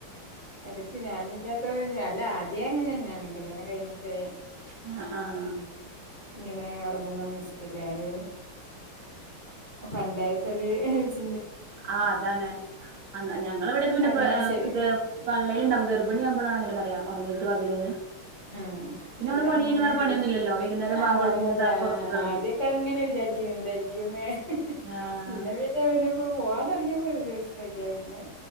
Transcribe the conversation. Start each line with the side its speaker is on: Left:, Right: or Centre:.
Left: അത്ക്ക് ഞാനില്ലാത്തപ്പോ ഞാ അല്ല ആ ദ്യേ അങ്ങനെന്നെ ആണ് കല്യാണം കഴിഞ്ഞപ്പഴേ.
Right: ആഹ് ആഹ്
Left: ഇങ്ങനെ ഒറങ്ങുന്നൊന്നും ഇഷ്ടല്ല ആരും പണ്ടേത്തൊരു ചി
Right: ആ അതാണ് അന്ന ഞങ്ങളെ ഇവിടൊക്കെ പിന്നെ
Left: ഉറങ്ങുന്നത്
Right: പ ഏ
Left: ശരി
Right: ഇത് പള്ളേൽ ഇണ്ടാവുമ്പോ ഗർഭി ണി ആവുമ്പഴാണ് അങ്ങനെ പറയ ഒറങ്ങര്ത് പകല്ന്ന്.
Left: ആഹ്
Right: പിന്നെ
Left: ഇവിടെ
Right: നമ്മള് പണി
Left: ഉമ്മ
Right: കഴിഞ്ഞ് വേറെ
Left: ആദ്യം.
Right: പണിയൊന്നുമില്ലല്ലോ വൈകുന്നേരം
Left: ആ
Right: ബാങ്ക്
Left: പറയേര്ന്നുലെ
Right: കൊടുക്കുമ്പോ ദാ
Left: ആ
Right: പുറത്തേക്ക് ഇറങ്ങും
Left: ആദ്യൊക്കെ ഇങ്ങനെ വിചാരിക്കേനു എന്താ യിരിക്കുംന്ന്
Right: ആഹ്
Left: പിന്നെ പിന്നെ പിന്നെ ഇപ്പോ പോവാൻ തൊടങ്ങിയപ്പോ ഒരു പ്രശ്നോം ഇല്ല്യ പിന്നെ